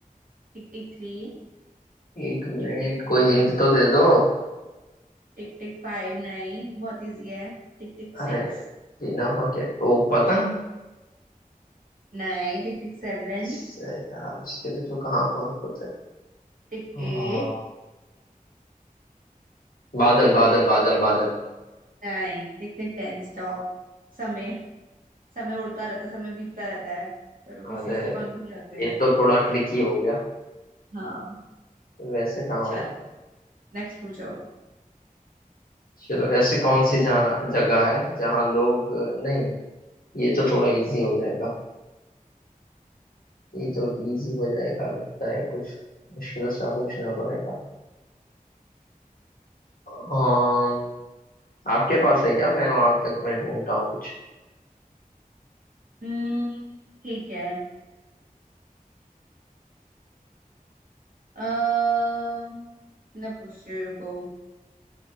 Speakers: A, on the right; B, on the left.
A: Tick tick three
B: एक मिनट
A: Tick tick four
B: कोई हिंट तो दे दो
A: Tick tick five Nine बहुत इजी है Tick tick six
B: अरे बिना पंख के वो पतंग
A: Nine Tick tick seven
B: इससे यार उसके भी तो कहाँ पंख होते हैं
A: Tick
B: हाँ
A: eight
B: बादल
A: Tick
B: बादल
A: tick
B: बादल बादल
A: nine Tick tick ten stop समय समय उड़ता रहता है समय बीतता रहता है पर वो किसी
B: अरे
A: इसके पंख नहीं होते हैं
B: ये तो थोड़ा ट्रिकी हो गया
A: हाँ
B: वैसे कहाँ
A: चलो
B: होता है
A: नेक्स्ट पूछो
B: चलो ऐसी कौन सी जहाँ जगह है जहाँ लोग नहीं ये तो थोड़ा इजी हो जाएगा ये तो इजी हो जाएगा लगता है कुछ मुश्किल सा पूछना पड़ेगा um, आपके पास है क्या मैं वहां तक मैं ढूंढता हूँ कुछ
A: हम्म ठीक है अः मैं पूछती हूँ, रुको